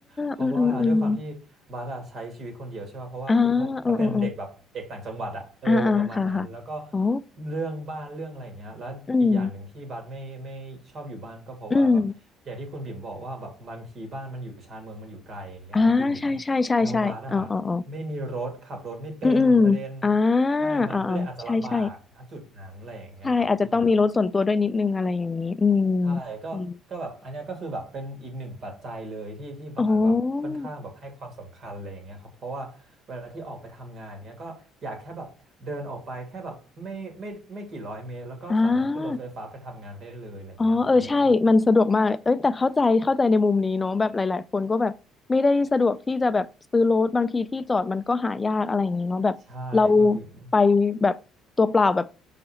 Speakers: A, on the right; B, on the left.
A: เพราะว่าด้วยความที่บาสอะใช้ชีวิตคนเดียวใช่ป่ะเพราะว่าคุณพ่อบาสเป็นเด็กแบบเด็กต่างจังหวัดอะเออประมาณนั้นแล้วก็
B: อืมอืมอืมอ่าเออเออเอออ่าอ่าค่ะค่ะอ๋อ
A: เรื่องบ้านเรื่องอะไรอย่างเงี้ยแล้วอีกอย่างหนึ่งที่บาสไม่ไม่ชอบอยู่บ้านก็เพราะว่าแบบอย่างที่คุณบิ่มบอกว่าแบบบางทีบ้านมันอยู่ชานเมืองมันอยู่ไกลอย่างเงี้ยครับคุณบิม
B: อืมอืมอ่าใช่ใช่ใช่ใช่อ๋ออ๋ออ๋อ
A: แล้วบาสอ่ะไม่มีรถขับรถไม่เป็นประเด็น
B: อืมอืมอ่า
A: ใช่มันก็เลยอาจจะลำบากณจุดนั้นอะไรอย่างเงี้ยครับอืม
B: อ่าอ่าใช่ใช่ ใช่อาจจะต้องมีรถส่วนตัวด้วยนิดนึงอะไรอย่างนี้อืม
A: ใช่ก็ก็แบบอันเนี้ยก็คือแบบเป็นอีกหนึ่งปัจจัยเลยที่ที่บาสแบบค่อนข้างแบบให้ความสำคัญอะไรอย่างเงี้ยครับเพราะว่าเวลาที่ออกไปทำงานเงี้ยก็อยากแค่แบบเดินออกไปแค่แบบไม่ไม่ไม่กี่ร้อยเมตรแล้วก็สามารถขึ้นรถไฟฟ้าไปทำงานได้เลยอะไรเงี้ยคุณบิ๋ม
B: อืมโอ้อ่าอ๋อเออใช่มันสะดวกมากเอ้ยแต่เข้าใจเข้าใจในมุมนี้เนาะแบบหลายๆคนก็แบบไม่ได้สะดวกที่จะแบบซื้อรถบางทีที่จอดมันก็หายากอะไรอย่างนี้เนาะแบบเรา
A: ใช่คุณบิ๋ม
B: ไปแบบตัวเปล่าแบบ